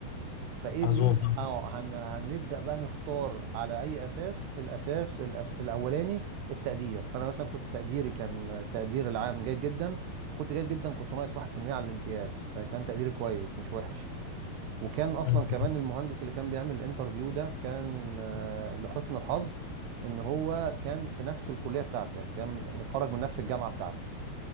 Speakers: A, on the right; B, on the left.
A: فايه
B: مظبوط
A: مين
B: آه.
A: اه هن هنبدا بقى نختار على اي اساس الاساس الأس الاولاني التقدير فانا مثلا كنت تقديري كان التقدير العام جيد جدا كنت جيد جدا كنت ناقص 1% على الامتياز فكان تقديري كويس مش وحش وكان اصلا
B: مم.
A: كمان المهندس اللي كان بيعمل الانترفيو ده كان آه، لحسن الحظ ان هو كان في نفس الكليه بتاعتي يعني كان متخرج من نفس الجامعه بتاعتي